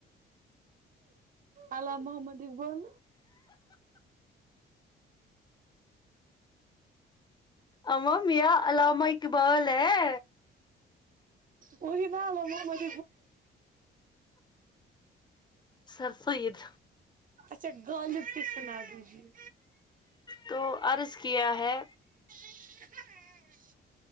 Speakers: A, on the right; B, on the left.
A: آلام محمد اقبول
B: اما میرا علامہ اقبال ہے
A: وہ نہ لو مج
B: سرس عید
A: اچھا غالب کے سنا دیجیے
B: تو عرض کیا ہے
A: ہوں